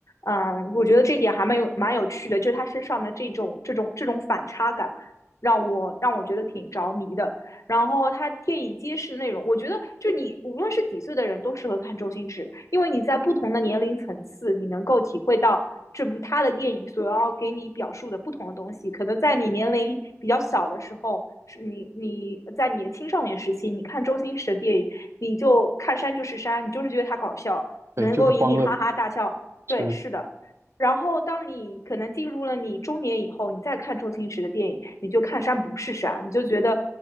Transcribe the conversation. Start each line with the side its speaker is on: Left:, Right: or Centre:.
Left: 嗯、我觉得这一点还蛮有蛮有趣的，就是他身上的这种这种这种反差感，让我让我觉得挺着迷的。然后他电影揭示内容，我觉得就你无论是几岁的人都适合看周星驰，因为你在不同的年龄层次，你能够体会到这部他的电影所要给你表述的不同的东西。可能在你年龄比较小的时候，是你你在你的青少年时期，你看周星驰的电影，你就看山就是山，你就是觉得他搞笑，
Right: 对，
Left: 能够引你哈哈大笑。
Right: 就是欢乐，是。
Left: 对，是的。然后，当你可能进入了你中年以后，你再看周星驰的电影，你就看山不是山，你就觉得